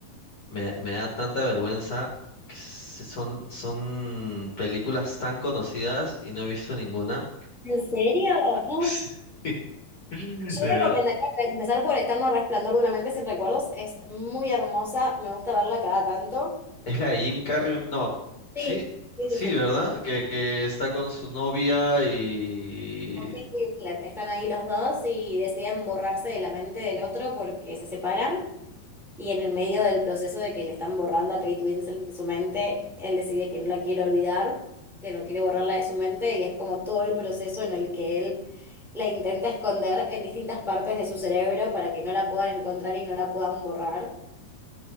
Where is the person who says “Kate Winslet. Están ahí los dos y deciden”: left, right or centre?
Centre